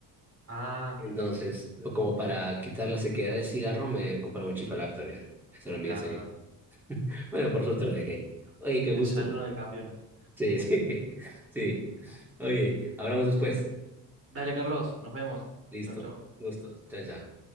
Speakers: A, on the right; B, in the centre.
A: Ah,
B: entonces, Sí. como para quitar la sequedad del cigarro, me compraba un chicolac también, eso era mi
A: claro,
B: desayuno.
A: claro.
B: Bueno, por suerte lo dejé. Oye, qué
A: Desayuno
B: gusto.
A: de campeones.
B: Sí, sí, <laughs> sí. Oye, hablamos después.
A: Dale, Carlos, nos vemos.
B: Listo,
A: Chau, chau.
B: gustos. Chao, chao.